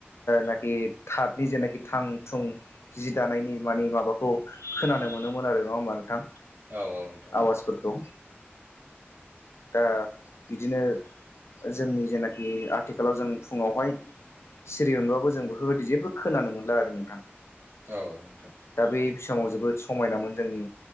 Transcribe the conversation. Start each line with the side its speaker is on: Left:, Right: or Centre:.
Left: नाखि थादनि जेनाखि थां थुं जि दानायनि मानि माबाखौ खोना नो मोनोमोन आरो नङा होमबा नोंथां
Right: औ नोंथां औ नोंथां औ नोंथां
Left: आवाजफोरखौ दा बिदिनो जोंनि जेनाखि आथिखालाव जों फुङावहाय सिरि मोनबाबो जों बेफोरबायदि जेबो खोनानो मोनला आरो नोंथां।
Right: औ नोंथां
Left: दा बे समाव जोबोद समायनामोन जोंनि